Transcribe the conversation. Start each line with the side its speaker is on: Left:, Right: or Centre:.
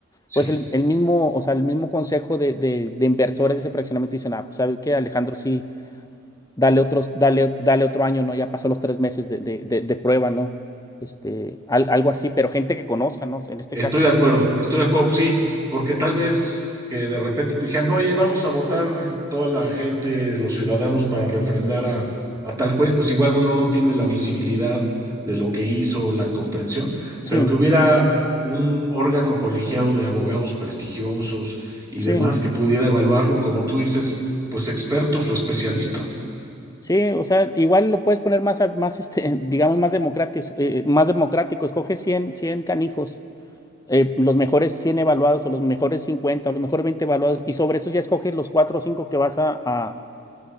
Right: Sí.
Left: Pues el, el mismo, o sea, el mismo consejo de, de- de inversores de ese fraccionamiento dicen, ah, pues sabes qué, Alejandro, sí, dale otros, dale, dale otro año, ¿no? Ya pasó los tres meses de, de- de- de prueba, ¿no? Este, al- algo así, pero gente que conozca, ¿no? En este
Right: Estoy
Left: caso.
Right: de acuerdo, estoy de acuerdo, sí, porque tal vez que de repente te dijeran, oye, vamos a votar toda la gente, los ciudadanos, para refrendar a, a tal juez, pues igual uno no tiene la visibilidad de lo que hizo, la comprensión,
Left: Sí,
Right: pero que hubiera un órgano colegiado de abogados prestigiosos y
Left: sí.
Right: demás que pudiera evaluarlo, como tú dices, pues expertos o especialistas, ¿no?
Left: Sí, o sea, igual lo puedes poner más, a- más este, <laughs> digamos, más democrático, más democrático. Escoge 100, 100 canijos, eh, los mejores 100 evaluados o los mejores 50, o los mejores 20 evaluados y sobre eso ya escoges los 4 o 5 que vas a, a-